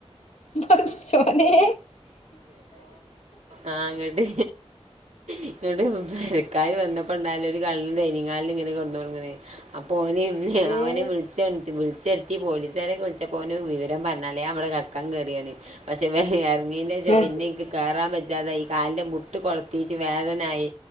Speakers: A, on the left; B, on the right.
A: പടച്ചോനേ
B: ആഹ് ഇങ്ങട്ട് ഇങ്ങോട്ട് പേരക്കാര് വന്നപ്പോ ഉണ്ടായാലും ഒരു കളൻ ഡൈനി ഹാളിലിൽ ഇങ്ങനെ കെടന്ന് ഉറങ്ങണ് അപ്പൊ ഒന് ഓൻ
A: ഏഹ്
B: വി വിളിച്ച്വ വിളിച്ചെണുത്തി പോലീസുകാരെ വിളിച്ച ഓന് വിവരം പറഞ്ഞാലേ ഞാൻ കക്കാൻ കേയറിയാണ് പക്ഷെ ഇറങ്ങീച്ച
A: ഏഹ്
B: പിന്നെ ഇന്ക് കേറാൻ വജ്ജാതായി ഈ കാലിന്റെ മുട്ട് കൊളത്തിട്ട് വേദനായി